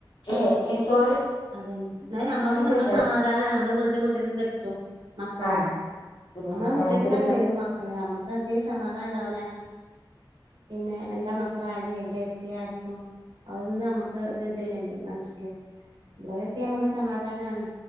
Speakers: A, on the left; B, on the right.
A: ലേ എത്തോളം
B: അതന്നെ ന്ന നമ്മക്ക്
A: നമുക്കൊരു
B: നമ്മള് സമാധാനാണ് നമ്മളെ വീടിന്റെ മുറ്റത്തേക്ക് എത്തും മക്കള്
A: ആഹ് പിന്നെ
B: ഞമ്മളെ മുറ്റത്ത്ക്കാണ്ട്
A: നമുക്കൊരു
B: വരും മക്കള് നമ്മക്ക് അജീ സമാധാനണ്ടാവുല പിന്നെ എന്താ മക്കളായത് എവിടെ എത്തിയേആയിരിക്കും അഹ് ന്നും നമ്മക്ക് ഒരു ഇതില്ലല്ലോ മനസ്സില് ഇവിടെ എത്തിയാ ഞമ്മക്ക് സമാധാനാണ്